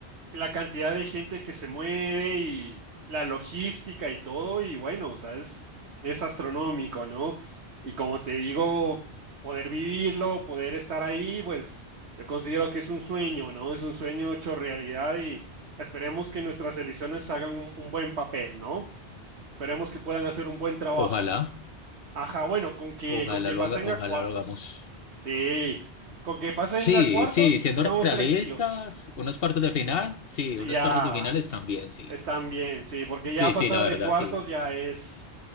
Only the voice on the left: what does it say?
Ojalá,
ojalá
lo
haga, ojalá
lo hagamos.
Sí,
sí, siendo
realistas,
unos cuartos de final, sí,
unos cuartos de finales también, sí.
Sí,
sí, la verdad,
sí.